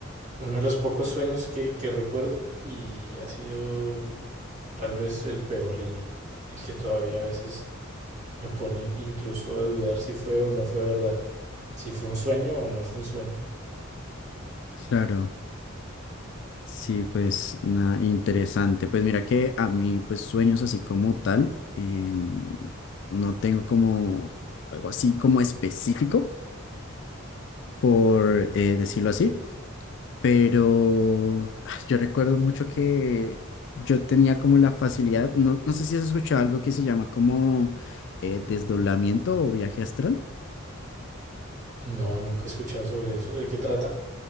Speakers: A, on the right; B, on the left.
A: uno de los pocos sueños que, que recuerdo y ha sido tal vez el peor y el que todavía a veces me pone incluso a dudar si fue o no fue verdad. Si fue un sueño o no fue un sueño.
B: claro. Sí, pues nada, interesante. Pues mira que a mí, pues sueños así como tal, em, no tengo como algo así como específico, por eh, decirlo así, pero ah, yo recuerdo mucho que yo tenía como la facilidad, no, no sé si has escuchado algo que se llama como eh, desdoblamiento o viaje astral.
A: No, nunca he escuchado sobre eso. ¿De qué trata?